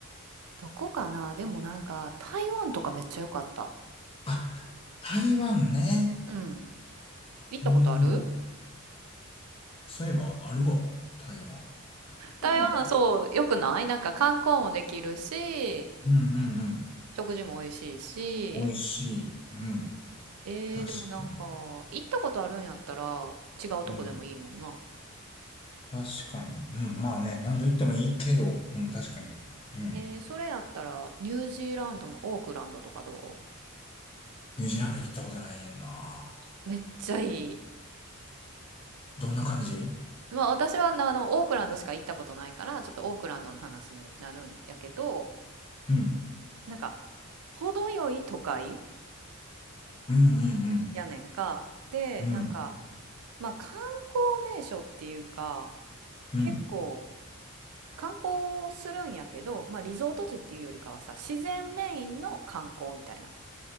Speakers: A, on the right; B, on the left.
A: どこかなでもなんか、台湾とかめっちゃ良かった。
B: あ、台湾ね。
A: うん。行ったことある
B: うん。そういえばあるわ、台湾。
A: 台湾、
B: <laughs>
A: そう、良くないなんか観光もできるし、
B: うんうんうん。
A: 食事も美味しいし、
B: 美味しい。うん。
A: えー、
B: 確かに。
A: でもなんか、行ったことあるんやったら、違うとこでもいいもんな。
B: うん。確かに。うん。まあね、何度行ってもいいけど、うん、確かに。
A: うん。
B: うん。
A: えー、それやったら、ニュージーランドのオークランドとかどう
B: ニュージーランド行ったことないねんな。
A: めっちゃいい。
B: どんな感じ
A: まあ私はなあのオークランドしか行ったことないからちょっとオークランドの話になるんやけど
B: うん。
A: なんか程よい都会
B: うんうん
A: やねんかでなんか
B: うん。うん。
A: まあ観光名所っていうか
B: うん。
A: 結構観光するんやけど、まあ、リゾート地っていうよりかはさ自然メインの観光みたいな